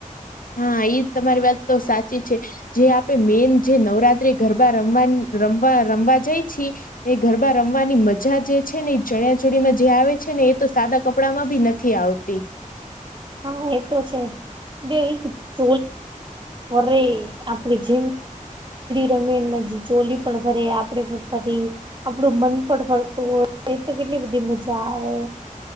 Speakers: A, on the left; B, on the right.
A: હા એ તમારી વાત તો સાચી છે. જે આપે મેન જે <unintelligible> ગરબા રમવા રમવા રમવા જાય છી. એ ગરબા રમવાની મજા જે છે, ને એ ચણિયા ચોળમાં જે આવે છે, ને એ તો સાદા કપડામાં ભી નથી. નથી થી આવતી.
B: હા એ તો છે. <inaudible> કુદડી રમીન મજી ચોલી પણ ફરી આપણેે પણ ફરી. આપડું મન પણ ફરતું હોય એ તો કેટલી બધી મજા આવે.